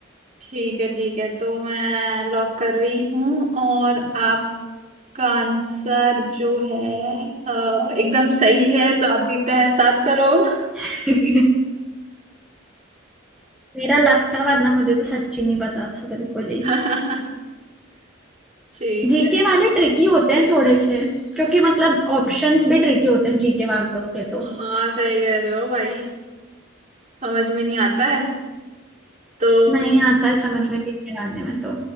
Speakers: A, on the right; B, in the centre.
A: ठीक है ठीक है तो मैं लॉक कर रही हूँ और आपका आंसर जो है अ, एकदम सही है तो आप जीते हैं सात करोड़
B: <laughs> मेरा लक था वरना मुझे तो सच्ची नहीं पता था बिल्कुल ही
A: <laughs> ठीक
B: जीके
A: है
B: वाले ट्रिकी होते हैं थोड़े से क्योंकि मतलब ऑप्शंस भी ट्रिकी होते हैं जीके वालों के तो
A: हाँ सही कह रहे हो भाई समझ में नहीं आता है तो
B: नहीं आता है समझ में जीके वाले में तो